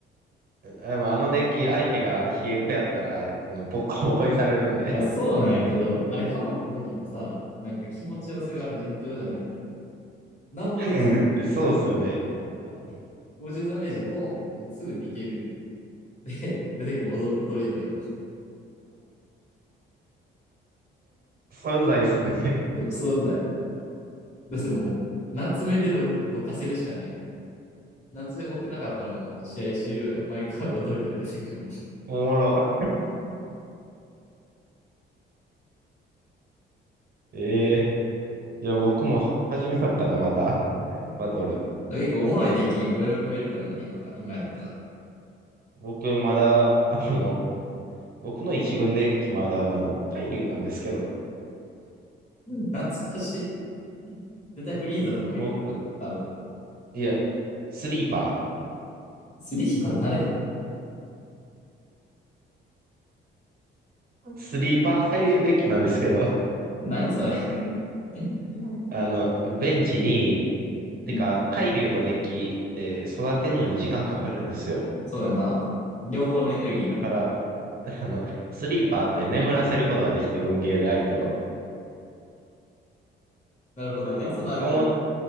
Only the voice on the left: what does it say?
まあそうなんやけど、あれハマった時のさ、なんか気持ちよさが尋常じゃないね。
なんもできん。
だって、50ダメージボーンってすぐ逃げる。<laughs> て、出てくるの踊り踊り鳥やの
クソうざい。だってもう、夏目でどどかせるしかないもん。夏目持ってなかったらもう試合終了やん。毎回踊り鳥出てくるもん。
結構おもろいデッキいろいろ組めるからな、今か、今やったら。
うん懐かしい。絶対フリーザとかもいるやろ。
多分。
スリーは誰
何それ
<laughs>
うん。
そうやな。両方のエネルギーもんな。
なるほどね。
その間に。